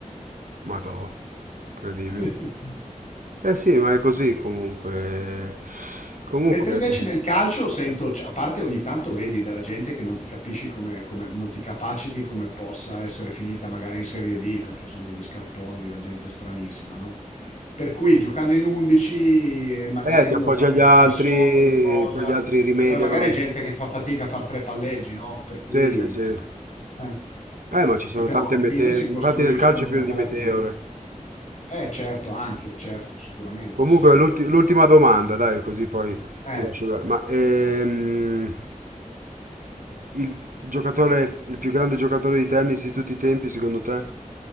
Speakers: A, on the right (about 85°); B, on the left (about 65°).
A: Madò, incredibile.
B: <laughs>
A: Eh sì, ma è così comunque. Comunque,
B: Mentre invece nel calcio sento, a parte ogni tanto vedi della gente che non ti capisci come, come- non ti capaciti come possa essere finita magari in Serie B, perché sono degli scarponi della gente stranissima, no? Per cui giocando in 11 eh, magari
A: eh, ti
B: uno
A: appoggi
B: fa
A: agli
B: il difensore,
A: altri,
B: la cosa,
A: poi gli altri rimediano.
B: e poi magari è gente che fa fatica a fare tre palleggi, no? Per cui...
A: Sì, sì, sì.
B: eh,
A: Eh, ma ci sono
B: E però
A: tante
B: alla
A: meteore.
B: fine si
A: Infatti
B: costruiscono
A: nel calcio è
B: una
A: pieno
B: bella
A: di meteore.
B: carriera. Eh certo, anche, certo, sicuramente,
A: Comunque,
B: sì sì.
A: l'ulti- l'ultima domanda, dai, così poi
B: Eh,
A: ti lascio andare. Ma ehm, il giocatore, il più grande giocatore di tennis di tutti i tempi, secondo te?